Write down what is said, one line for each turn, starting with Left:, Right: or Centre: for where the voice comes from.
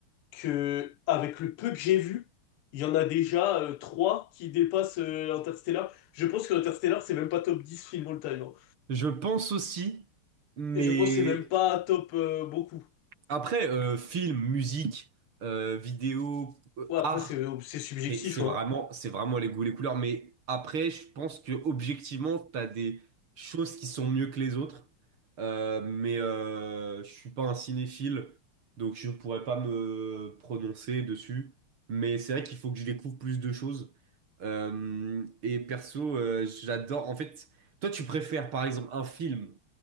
Left: que avec le peu que j'ai vu, il y en a déjà euh, trois qui dépassent euh, Interstellar. Je pense que Interstellar, c'est même pas top 10 film all time. hein.
Right: Je pense aussi, mais...
Left: Et Je pense que c'est même pas top euh, beaucoup.
Right: Après, euh, film, musique, euh, vidéo, euh,
Left: Ouais,
Right: art.
Left: après, c'est euh, c'est subjectif,
Right: C'est c'est vraiment,
Left: hein.
Right: c'est vraiment les goûts, les couleurs. Mais après, je pense que objectivement, t'as des choses qui sont mieux que les autres. Euh, mais euh, je suis pas un cinéphile, donc je pourrais pas me prononcer dessus. Mais c'est vrai qu'il faut que je découvre plus de choses. Euh, et perso, euh, j'adore. En fait, toi, tu préfères par exemple un film